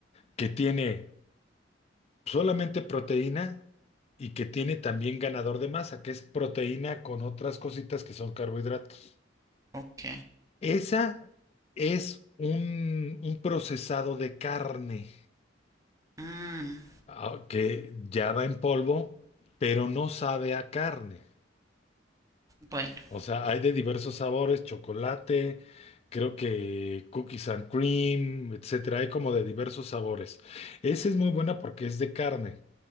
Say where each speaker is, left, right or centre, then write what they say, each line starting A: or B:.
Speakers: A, on the left; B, on the right.
A: que tiene solamente proteína y que tiene también ganador de masa, que es proteína con otras cositas que son carbohidratos.
B: ok.
A: Esa es un, un procesado de carne
B: Mm,
A: ah, que ya va en polvo, pero no sabe a carne.
B: bueno,
A: O sea, hay de diversos sabores, chocolate, creo que cookies and cream, etcétera. Hay como de diversos sabores. Esa es muy buena porque es de carne.